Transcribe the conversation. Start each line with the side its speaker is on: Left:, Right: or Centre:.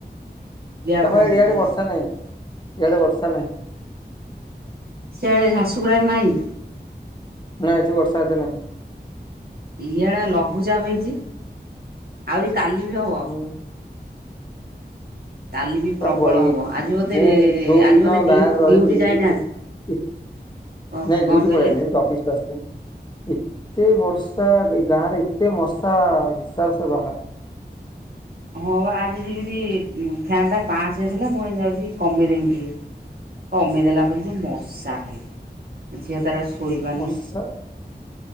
Left: ତମ
Right: କଥା
Left: ଏରିଆ
Right: କହୁଛନ୍ତି।
Left: ଆଡେ ବର୍ଷା ନାଇଁ। ଇଆଡେ ବର୍ଷା ନାହିଁ।
Right: ସିଆଡେ ଝାରସୁଗୁଡ଼ା ରେ ନାହିଁ?
Left: ନା ଏଠି ବର୍ଷା ଏତେ ନାହିଁ।
Right: ଇଆଡେ ଲଘୁଚାପ ହେଇଚି। ଆହୁରି କାଲି ବି ହବ।
Left: ହୁଁ
Right: କାଲି ବି ପ୍ରବଳ
Left: <unintelligible>
Right: ହବ ଆଜି ବୋଧେ
Left: ମୁଁ ଯୋଉ
Right: ଆଜି
Left: ଦିନ
Right: ବୋଧେ ଡିଉ
Left: ଗାଁରେ ରହିଲି
Right: ଡ୍ୟୁଟି ଯାଇନାହାନ୍ତି କଣ
Left: ନାଇ
Right: କଣ
Left: ଡ୍ୟୁଟି
Right: କହିଲେ?
Left: ପଳେଇ ଆଇଲିଣି <unintelligible> ଅଫିସ କୁ ଆସିଲିଣି। ଏତେ ବର୍ଷା ଏ ଗାଁ ରେ ଏତେ ମଶା ହିସାବ ସେ ବାହାରେ।
Right: ହଁ ବା। ଆଜି ଯେମିତି ଫ୍ୟାନ୍ ଟା ପାଞ୍ଚ ରେ ଥିଲା ମୁଁ କହିଲି ଯାଉଚି କମେଇଦେବି ଟିକେ କମେଇଦେଲା ପରେ ଯୋଉ ମଶା ଖାଲି। ଝିଅ ତାର ଶୋଇପାରୁନି।
Left: ମଶା